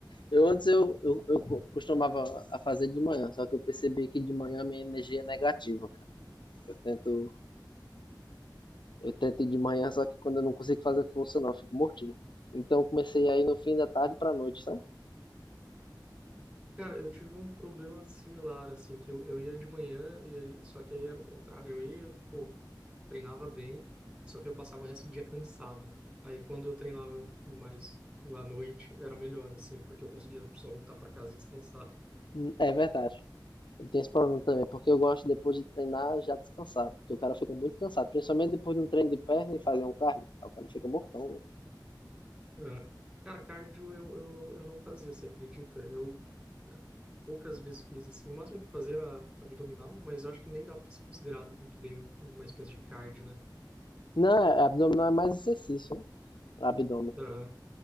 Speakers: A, on the left (about 80°); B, on the right (about 20°).
A: Eu antes eu, eu, eu co- costumava a fazer de manhã, só que eu percebi que de manhã minha energia é negativa, cara. Eu tento, eu tento ir de manhã, só que quando eu não consigo fazer força não, eu fico mortinho. Então eu comecei aí no fim da tarde pra noite, sabe?
B: Cara, eu tive um problema similar assim, que eu, eu ia de manhã e aí, só que aí era o contrário, eu ia, pô, treinava bem, só que eu passava o resto do dia cansado. Aí quando eu treinava mais tipo, à noite, era melhor, assim, porque eu conseguia só voltar para casa e descansar.
A: Hum, É verdade. Eu tenho esse problema também, porque eu gosto depois de treinar já descansar, porque o cara fica muito cansado, principalmente depois de um treino de perna e fazer um cardio, aí o cara fica mortão, né?
B: É. Cara, cardio eu, eu não, eu não fazia, você acredita? Eu poucas vezes fiz, assim, o máximo que eu fazia era abdominal, mas eu acho que nem dá para ser considerado muito bem um- uma espécie de cardio, né?
A: Não, é- é, abdominal é mais exercício, né? Pra abdômen.
B: Aham,